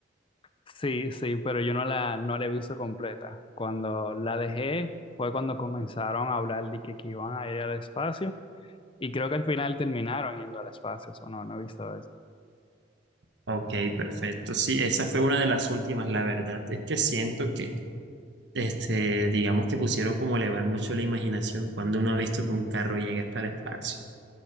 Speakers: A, on the left; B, on the right.
A: Sí, sí, pero yo no la, no la he visto completa. Cuando la dejé fue cuando comenzaron a hablar de que, que iban a ir al espacio y creo que al final terminaron yendo al espacio. O no, no he visto eso.
B: Ok, perfecto. Sí, esa fue una de las últimas, la verdad. Es que siento que, este, digamos que pusieron como a elevar mucho la imaginación cuando uno ha visto que un carro llega hasta el espacio.